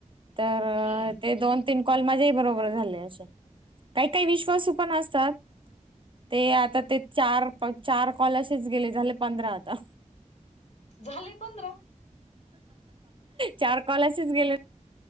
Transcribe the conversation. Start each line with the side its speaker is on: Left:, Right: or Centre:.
Right: तर
Left: ओके
Right: ते दोन, तीन कॉल माझ्याही बरोबर झाले असे काही-काही विश्वासू पण असतात. ते आता ते चार-चार कॉल असेच गेले झाले पंधरा आता.
Left: झाले पंधरा?
Right: चार कॉल असेच गेले.